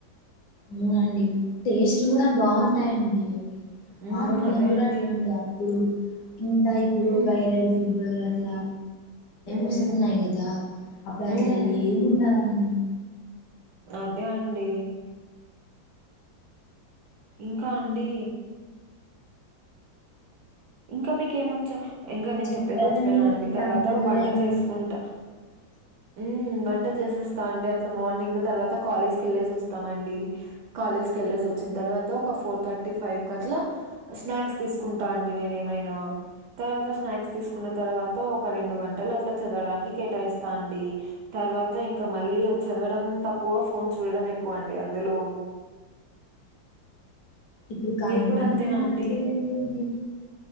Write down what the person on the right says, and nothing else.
హ్మ్.
అదే
అండి.
హ్మ్.
హ్మ్.
హ్మ్.
అదే అండి ఇంకా అండి ఇంకా మీకేమొచ్చు. ఇంకా నేను
చెప్పేది మర్చిపోయాను
అండి
తర్వాత వంట చేసుకుంట
ఉమ్ వంట చేసేస్తాం అండి అట్లా మార్నింగ్ తర్వాత కాలేజ్ కేళ్ళేసి వస్తామండి కాలేజ్ కి వెళ్ళేసి వచ్చిన తర్వాత ఒక ఫోర్ థర్టీ ఫైవ్ క అట్లా స్నాక్స్ తీసుకు కుంటా అండి నేనే ఏమైనా తర్వాత స్నాక్స్ తీసుకున్న తర్వాత ఒక రెండు గంటలు అట్లా చదవడానికి కేటాయిస్తా అండి తర్వాత ఇంకా మళ్ళీ చదవడం తక్కువ ఫోన్ చూడడం ఎక్కువ అండి అందులో
మీరు కూడా
అంతేనా అండి?